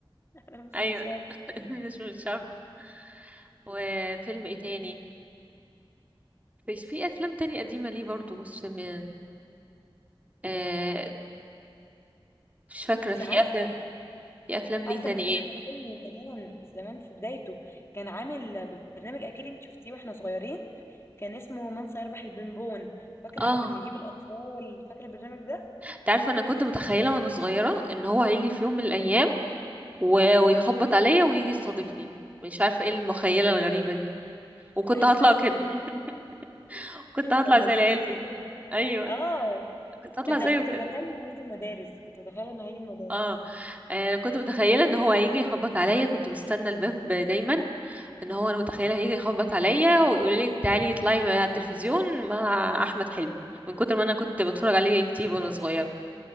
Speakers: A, on the left (about 30°); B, on the right (about 15°).
A: <laughs> انا مش
B: ايوه
A: من شرم
B: <laughs> مش مش عارفة وفيلم ايه تاني بس في افلام تانية قديمة ليه برضو بص من آه مش فاكرة
A: انت
B: في
A: عارفه
B: افلام في افلام ليه
A: عارفه
B: تاني
A: ان
B: ايه
A: احمد حلمي زمان زمان في بدايته كان عامل برنامج اكيد انت شفتيه واحنا صغيرين كان اسمه من سيربح البنبون فاكره
B: اه
A: لما كان بيجيب الاطفال فاكره البرنامج ده
B: انت عارفة انا كنت متخيلة وانا صغيرة ان هو هيجي في يوم من الايام و... ويخبط عليا ويجي يستضيفني مش عارفة ايه المخيلة الغريبة دي وكنت
A: احنا
B: هطلع
A: فعلا
B: كده
A: كنا بنحب البرنامج.
B: <laughs> كنت هطلع
A: كان
B: زي
A: برنامج
B: العيال
A: حلو
B: دي
A: جدا
B: ايوه
A: اه
B: كنت هطلع
A: انت
B: زيه
A: كنت
B: كده
A: متخيل انه هيجي المدارس كنت متخيل انه هيجي المدارس
B: اه انا كنت متخيلة ان هو هيجي يخبط عليا كنت مستنى الباب دايما ان هو انا متخيله هيجي يخبط عليا ويقول لك تعالي اطلعي على التلفزيون مع احمد حلمي من كتر ما انا كنت بتفرج عليه كتير وانا صغيره